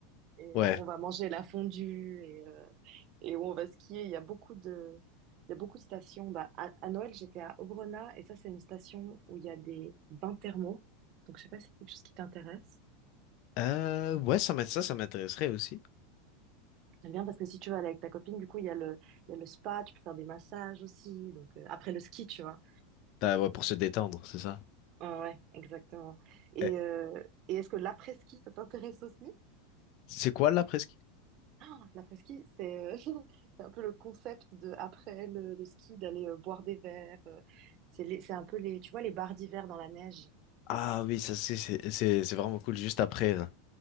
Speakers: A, on the right; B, on the left.
A: et
B: Ouais.
A: euh, on va manger la fondue et, euh, et où on va skier. Il y a beaucoup de, il y a beaucoup de stations. Bah, à, à Noël, j'étais à Obrona et ça, c'est une station où il y a des bains thermaux. Donc, je sais pas si c'est quelque chose qui t'intéresse.
B: Euh, ouais, ça, m'int- ça, ça m'intéresserait aussi.
A: J'aime bien parce que si tu vas aller avec ta copine, du coup, il y a le, il y a le spa, tu peux faire des massages aussi. Donc, euh, après le ski, tu vois.
B: Ah, ouais, pour se détendre, c'est ça.
A: Ah ouais, exactement. Et,
B: Eh,
A: euh, et est-ce que l'après-ski, ça t'intéresse aussi?
B: C'est quoi la presqu'île?
A: <gasps> Ah, L'après-ski, c'est euh, <laughs> c'est un peu le concept de après le, le ski d'aller euh, boire des verres. euh, c'est les- c'est un peu les, tu vois, les bars d'hiver dans la neige.
B: Ah oui, ça c'est c'est c'est- c'est vraiment cool juste après. là.